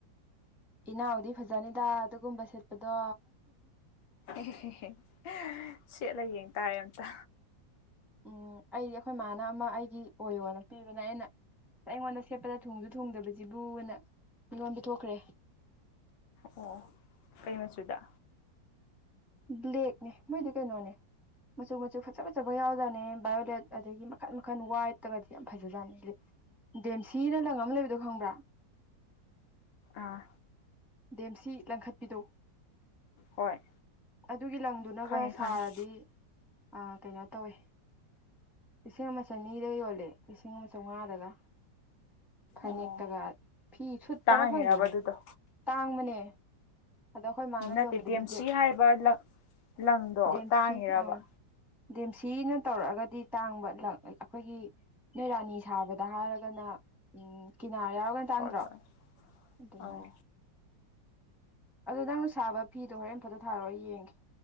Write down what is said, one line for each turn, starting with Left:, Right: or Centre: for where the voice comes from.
Centre: ꯏꯅꯥꯎꯗꯤ ꯐꯖꯅꯤꯗ ꯑꯗꯨꯒꯨꯝꯕ ꯁꯦꯠꯄꯗꯣ
Left: ꯑꯦ ꯑꯦ ꯁꯦꯠꯂ ꯌꯦꯡ ꯇꯥꯔꯦ ꯑꯝꯇ
Centre: ꯎꯝ ꯑꯩꯗꯤ ꯑꯩꯈꯣꯏ ꯏꯃꯅ ꯑꯃ ꯑꯩꯒꯤ ꯑꯣꯏꯌꯣꯅ ꯄꯤꯕꯅꯦ ꯑꯩꯅ ꯑꯩꯉꯣꯟꯗ ꯁꯦꯠꯄꯗ ꯊꯣꯡꯁꯨ ꯊꯣꯡꯗꯕꯁꯤꯕꯨ ꯃꯤꯉꯣꯟ ꯄꯊꯣꯛꯈ꯭ꯔꯦ
Left: ꯑꯣ ꯀꯩꯅꯣ ꯁꯗ
Centre: ꯕ꯭ꯂꯦꯛꯅꯦ ꯃꯣꯏꯗꯤ ꯀꯩꯅꯣꯅꯦ ꯃꯆꯨ ꯃꯆꯨ ꯐꯖ ꯐꯖꯕ ꯌꯥꯎꯗꯅꯦ ꯕꯥꯏꯑꯣꯗꯦꯠ ꯑꯗꯒꯤ ꯃꯈꯟ ꯃꯈꯟ ꯋꯥꯏꯗꯠꯇꯒꯗꯤ ꯌꯥꯝ ꯐꯖꯥꯠꯅꯤ ꯗꯦꯝꯁꯤꯅ ꯂꯪ ꯑꯃ ꯂꯩꯕꯗꯣ ꯈꯥꯡꯕ꯭ꯔꯥ
Left: ꯑꯥ
Centre: ꯗꯦꯝꯁꯤ ꯂꯪꯈꯠꯄꯤꯗꯨꯣ
Left: ꯍꯣꯏ
Centre: ꯑꯗꯨꯒꯤ ꯂꯪꯗꯨꯅꯒ
Left: ꯈꯪꯉꯦ
Centre: ꯁꯥꯔꯗꯤ
Left: ꯈꯪꯉꯦ
Centre: ꯑꯥ ꯀꯩꯅꯣ ꯇꯧꯋꯦ ꯂꯤꯁꯤꯡ ꯑꯃ ꯆꯅꯤꯗ ꯌꯣꯜꯂꯦ ꯂꯤꯁꯤꯡ ꯑꯃ ꯆꯥꯝꯃꯉꯥꯗꯒ ꯐꯅꯦꯛꯇꯒ
Left: ꯑꯣ
Centre: ꯐꯤ ꯁꯨꯠ ꯇꯔꯥ
Left: ꯇꯥꯡꯉꯤꯔꯕ
Centre: ꯈꯪꯗꯦꯅꯦ
Left: ꯑꯗꯨꯗꯣ
Centre: ꯇꯥꯡꯕꯅꯦ ꯑꯗꯣ ꯑꯩꯈꯣꯏ ꯃꯥꯅ
Left: ꯅꯠꯇꯦ
Centre: ꯌꯣꯟꯕꯗ
Left: ꯗꯦꯝꯁꯤ
Centre: ꯔꯤꯖꯦꯛ
Left: ꯍꯥꯏꯕ ꯂꯪ ꯂꯪꯗꯣ
Centre: ꯗꯦꯝꯁꯤ
Left: ꯇꯥꯡꯉꯤꯔꯕ
Centre: ꯑꯥ ꯗꯦꯝꯁꯤꯅ ꯇꯧꯔꯛꯑꯒꯗꯤ ꯇꯥꯡꯕ <unintelligible> ꯑꯩꯈꯣꯏꯒꯤ ꯅꯣꯏꯔꯥꯅꯤ ꯁꯥꯕꯗ ꯍꯥꯏꯔꯒꯅ ꯎꯝ ꯀꯤꯅꯥꯔ ꯌꯥꯎꯔꯒ ꯇꯥꯡꯗ꯭ꯔꯣ
Left: ꯍꯣꯏ ꯍꯣꯏ
Centre: ꯑꯗꯨꯃꯥꯏꯅ
Left: ꯑꯧ
Centre: ꯑꯗꯨꯗꯣ ꯅꯪꯅ ꯁꯥꯕ ꯐꯤꯗꯣ ꯍꯣꯔꯦꯟꯝꯐꯇ ꯊꯥꯔꯛ ꯌꯦꯡꯒꯦ